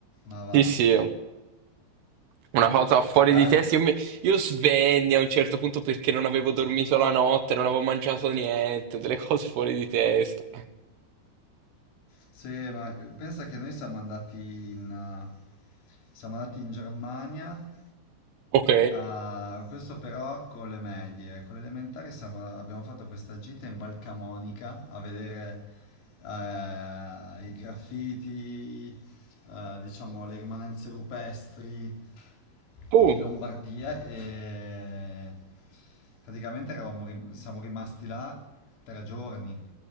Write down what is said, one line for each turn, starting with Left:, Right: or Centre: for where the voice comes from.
Left: ma
Right: Sì,
Left: va.
Right: sì, una cosa fuori
Left: Beh,
Right: di testa. Io, mi- io svenni a un certo punto perché non avevo dormito la notte, non avevo mangiato niente, delle cose fuori di testa.
Left: sì, ma pensa che noi siamo andati in, eh, siamo andati in Germania,
Right: Ok.
Left: eh, questo però con le medie, con le elementari siamo- abbiamo fatto questa gita in Val Camonica a vedere eh, i graffiti, eh, diciamo le rimanenze rupestri
Right: Uh.
Left: in Lombardia e praticamente eravamo ri- siamo rimasti là tre giorni